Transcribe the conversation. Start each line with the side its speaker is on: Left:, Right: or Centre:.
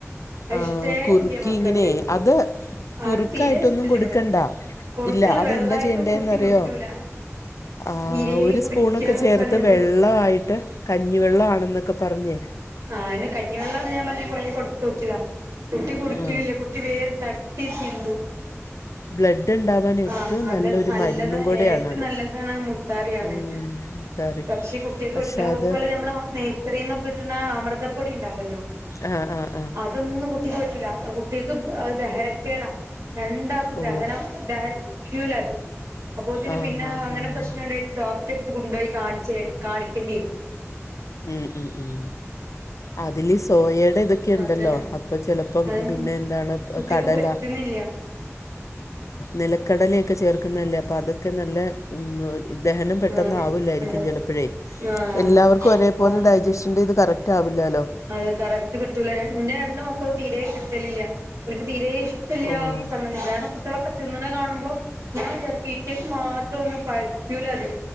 Right: <unintelligible>
Left: ആ, കുറുക്കി
Right: മക്കൾക്ക്
Left: ഇങ്ങനെ അത് കുറുക്കായിട്ടൊന്നും
Right: അത് തീരെ ഇഷ്ടല്ല
Left: കൊടുക്കണ്ട
Right: ഇവിടെ കുറുക്കല്ല
Left: ഇല്ല അതെന്താ
Right: വെള്ളായിട്ടും
Left: ചെയ്യണ്ടേന്ന്റിയോ
Right: കുട്ടി കുടിക്കൂല
Left: ആ
Right: തീരെ
Left: ഒരു
Right: കുടിക്കാത്ത
Left: സ്പൂണൊക്കെ ചേർത്ത്
Right: സംഗതിയാ
Left: വെള്ളമായിട്ട് കഞ്ഞിവെള്ളം ആണെന്നൊക്കെ പറഞ്ഞേ
Right: ആ കഞ്ഞിവെള്ളാണ് ഞാൻ പറഞ്ഞ കുറെ കൊടുത്തു നോക്കിയതാ കുട്ടി കുടിക്കലില്ലേ
Left: ആ,
Right: കുട്ടി വേഗ ത ട്ടി ചിന്തു
Left: ബ്ലഡ് ഉണ്ടാവാൻ ഏറ്റവും
Right: ആഹ് അത്
Left: നല്ലൊരു
Right: നല്ലതാ
Left: മരുന്നും കൂടെയാണത്
Right: ഏറ്റവും നല്ലതാണ് മുത്താറിയാണ്
Left: ഉം, മുത്താറി
Right: പക്ഷേ കുട്ടികക്ക്
Left: പക്ഷെ
Right: പറ്റില്ല അതുപോലെ
Left: അത്
Right: നമ്മള നഴ്സറിൽന്നൊക്കെ കിട്ടുന്ന അമൃതപ്പൊടി ഉണ്ടാവുല്ലോ
Left: ആഹ് ആഹ്
Right: അതൊന്നും കുട്ടിക്ക് പറ്റില്ല കുട്ടിക്ക് ദഹനക്കേടാ രണ്ടാക്കും
Left: ഓ
Right: ദഹനം <unintelligible> ക്കൂല അത് അപ്പോതിന്
Left: ആ
Right: പിന്നെ
Left: ഹാ
Right: അങ്ങനെ
Left: ഹാ
Right: പ്രശ്നം ഉണ്ടായിട്ട് ഡോക്ടറെ എടുത്ത കൊണ്ടുപോയി കാണിച്ച കാണിക്കേണ്ടിയിരുന്നു
Left: ഉം ഉം ഉം അതില് സോയയുടെ ഇതൊക്കെ ഉണ്ടല്ലോ
Right: അതന്നെ
Left: അപ്പൊ ചിലപ്പം
Right: അത്
Left: പിന്നെ എന്താണ്
Right: കുട്ടിക്ക്
Left: കടല
Right: പറ്റുന്നില്ല
Left: നിലക്കടലയൊക്കെ ചേർക്കുന്നതല്ലേ അപ്പൾ അതൊക്കെ നല്ല ദഹനം പെട്ടെന്ന്
Right: ആഹ്
Left: ആവില്ലായിരിക്കും
Right: അതെ
Left: ചിലപ്പോഴേ
Right: ആഹ് ആഹ്
Left: എല്ലാവർക്കും ഒരേ ഇപ്പൊര് ഡൈജസ്റ്റിന്റിം ഇത് കറക്റ്റ് ആവില്ലല്ലോ
Right: അതെ കറക്റ്റ് കിട്ടൂല ര ഇന്റെ രണ്ട് മക്കളും തീരേ കിട്ടലില്ല ഓല്ക്ക് തീരേ ഇഷ് ടല്ലാത്ത
Left: ഓഹ്
Right: സംഗതി വേറെ കുട്ടിളൊക്കെ തിന്നണെ കാണുമ്പോ ഞാൻ വിചാരിക്ക് ടീച്ചേർസ് മാത്രം ഒന്ന് പ റയൂലത്